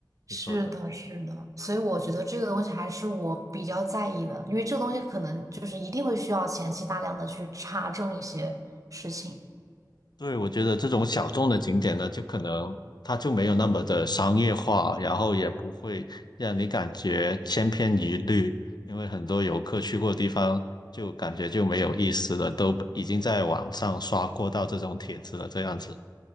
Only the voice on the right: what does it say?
是的，是的，所以我觉得这个东西还是我比较在意的，因为这个东西可能就是一定会需要前期大量的去查证一些事情。